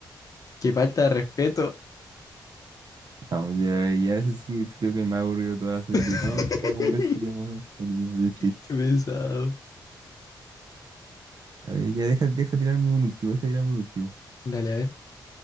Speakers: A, on the left; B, on the right.
A: Qué palta de respeto.
B: No, ya, ya ese sí, creo que el más aburrido toda la,
A: <laughs>
B: de toda la conversa que hemos tenido de chiste.
A: Qué pesado.
B: A ver, ya deja, deja tirarme un último, deja tirarme un último.
A: Dale, a ver.